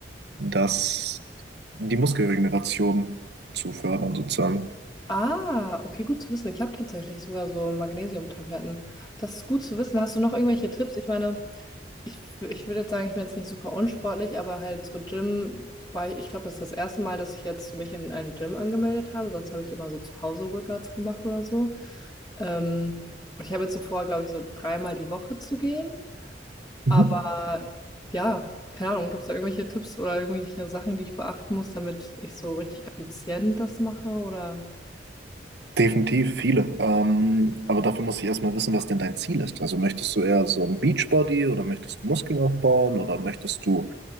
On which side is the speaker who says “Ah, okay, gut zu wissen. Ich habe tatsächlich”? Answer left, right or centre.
Left